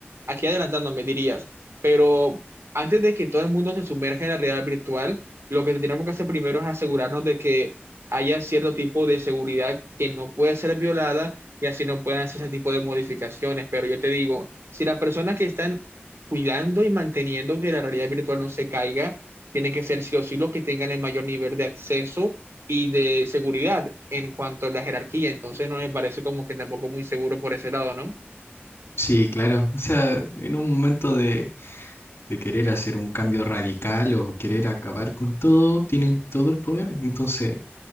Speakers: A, on the right (about 80°); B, on the left (about 75°).
A: aquí adelantándome dirías, pero antes de que todo el mundo se sumerja en la realidad virtual, lo que tenemos que hacer primero es asegurarnos de que haya cierto tipo de seguridad que no puede ser violada y así no pueden hacer ese tipo de modificaciones. Pero yo te digo, si las personas que están cuidando y manteniendo que la realidad virtual no se caiga, tienen que ser sí o sí los que tengan el mayor nivel de acceso y de seguridad en cuanto a la jerarquía. Entonces no me parece como que tampoco muy seguro por ese lado, ¿no?
B: Sí, claro. O sea, en un momento de, de querer hacer un cambio radical o querer acabar con todo, tienen todo el poder. Entonces,